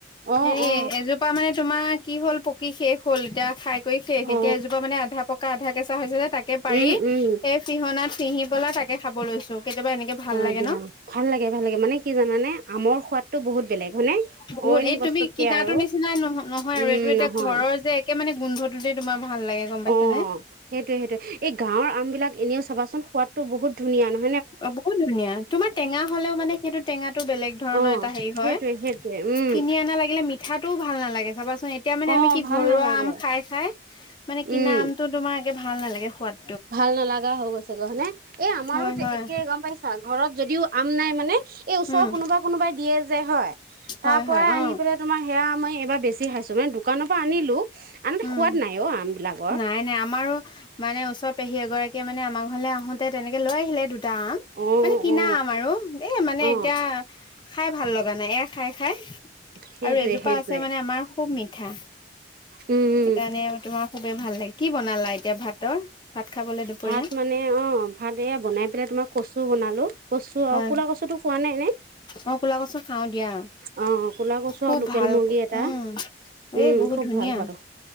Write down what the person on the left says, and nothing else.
হেৰি
এজোপা মানে তোমাৰ কি হল পকি শেষ হ'ল এতিয়া খাই গৈই শেষ
এতিয়া এজোপা মানে আধা পকা আধা কেঁচা হৈছে যে তা পাৰি
এই পিহনাত পিহিবলৈ তাকে খাব লৈছো। কেতিয়াবা এনেকে ভাল
লাগে
নহ।
বহুত
এই
তুমি কিনাটোৰ
নিচিনা নহ নহয়
আৰু এইটো এতিয়া
ঘৰৰ যে একে মানে গোন্ধটো যে তোমাৰ ভাল লাগে গম পাইছানে।
অ, বহু ধুনীয়া তোমাৰ টেঙা হলেও মানে সেইটো টেঙাটো বেলেগ ধৰণৰ
এটা হেৰি
হয়
কিনি অনা লাগিলে মিঠাটোও ভাল নালাগে চাবাচোন এতিয়া মানে
আমি কি
ঘৰুৱা
আম খাই-খাই মানে কিনা
আমটো তোমাৰ একে ভাল নালাগে সোৱাদ
হয় হয়
উম
হয়
হয় অ
উম
নাই নাই আমাৰো মানে ওচৰ পেহী এগৰাকীয়ে মানে আমাৰ ঘৰলৈ আহোতে তেনেকে লৈ আহিলে দু দুটা আম
মানে কিনা
আম আৰু এ মানে
এতিয়া খাই ভাল লগা নাই এক খাই-খাই
আৰু এজোপা
আছে মানে আমাৰ খুব মিঠা।
সেই কাৰণে তোমাৰ খুবেই ভাল লাগে, কি বনালা এতিয়া ভাতৰ ভাত খাবলে দুপৰীয়া
হয়
অ ক'লা কচু খাও দিয়া
খুব
ভাল
উম
এ বহুত
ধুনীয়া